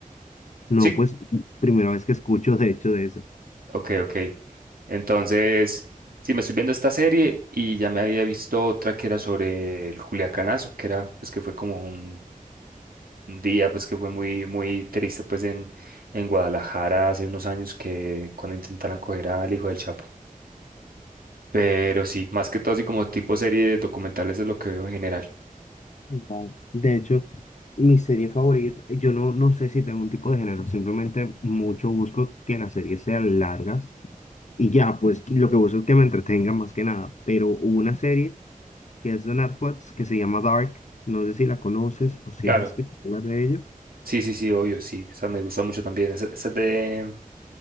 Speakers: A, on the left; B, on the right.
A: No,
B: Sí,
A: pues primera vez que escucho de hecho de eso.
B: ok, ok. Entonces, sí, me estoy viendo esta serie y ya me había visto otra que era sobre el Culiacanazo, que era, pues que fue como un un día pues que fue muy muy triste pues en en Guadalajara hace unos años que cuando intentaron coger al hijo del Chapo. Pero sí, más que todo así como tipo serie de documentales es lo que veo en general.
A: Vale. De hecho, mi serie favorita, yo no, no sé si tengo un tipo de género, simplemente mucho busco que las series sean largas y ya, pues lo que busco es que me entretenga más que nada. Pero hubo una serie que es de Netflix que se llama Dark, no sé si la conoces o si
B: Claro,
A: has escuchado hablar de ella.
B: sí, sí, sí, obvio, sí. Esa me gusta mucho también. Esa, esa es de,